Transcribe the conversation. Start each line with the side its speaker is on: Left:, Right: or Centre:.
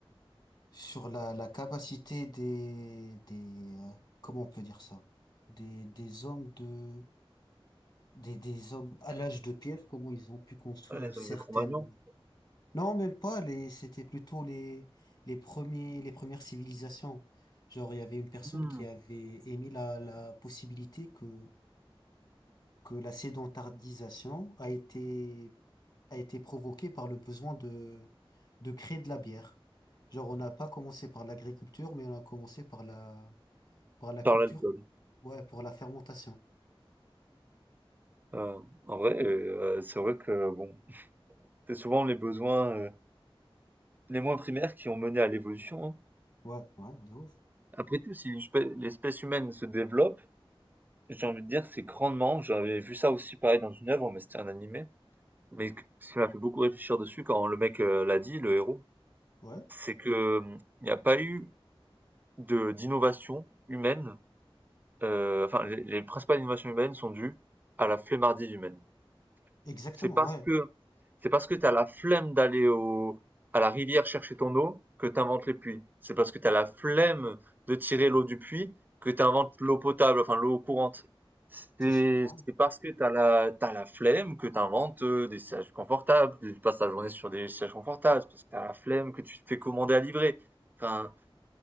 Left: sur la, la capacité des des euh, comment on peut dire ça? Des des hommes de des des hommes à l'âge de pierre, comment ils ont pu construire
Right: Ouais, les
Left: certaines.
Right: hommes de Cro-Magnon,
Left: Non, même pas les c'était plutôt les les premiers les premières civilisations. Genre il y avait une personne
Right: hmm,
Left: qui avait émis la la possibilité que que la sédentarisation a été, a été provoquée par le besoin de, de créer de la bière. Genre, on n'a pas commencé par l'agriculture, mais on a commencé par la, par la culture,
Right: par l'alcool.
Left: ouais, pour la fermentation.
Right: Euh, en vrai, euh, c'est vrai que bon, c'est souvent les besoins euh, les moins primaires qui ont mené à l'évolution. hein.
Left: Ouais, ouais, de ouf.
Right: Après tout, si l'espèce l'espèce humaine se développe, j'ai envie de dire, c'est grandement. J'avais vu ça aussi pareil dans une œuvre, mais c'était un animé. Mais que- ce qui m'a fait beaucoup réfléchir dessus quand le mec euh, l'a dit, le héros,
Left: Ouais,
Right: c'est que hum, il n'y a pas eu de d'innovation humaine heu, enfin les les principales innovations humaines sont dues à la flemmardise humaine.
Left: exactement,
Right: C'est parce
Left: ouais,
Right: que c'est parce que t'as la flemme d'aller au à la rivière chercher ton eau que t'inventes les puits. C'est parce que t'as la flemme de tirer l'eau du puits que t'inventes l'eau potable, enfin l'eau courante. C'est
Left: c'est ça, ouais,
Right: c'est parce que t'as la t'as la flemme que t'inventes inventes, des sièges confortables, que tu passes ta journée sur des sièges confortables. C'est parce que t'as la flemme que tu te fais commander à livrer. Enfin,